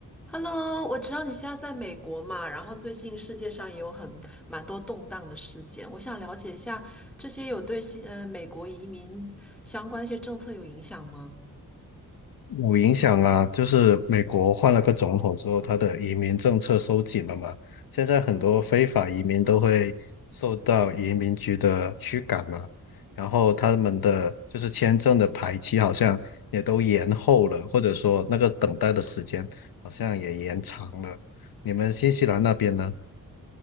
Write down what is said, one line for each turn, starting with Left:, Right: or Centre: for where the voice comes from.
Centre: Hello，我知道你现在在美国嘛，然后最近世界上也有很蛮多动荡的事件，我想了解一下这些有对新呃美国移民相关一些政策有影响吗？
Left: 有影响啊，就是美国换了个总统之后，他的移民政策收紧了嘛。现在很多非法移民都会受到移民局的驱赶嘛，然后他们的就是签证的排期好像也都延后了，或者说那个等待的时间好像也延长了。你们新西兰那边呢？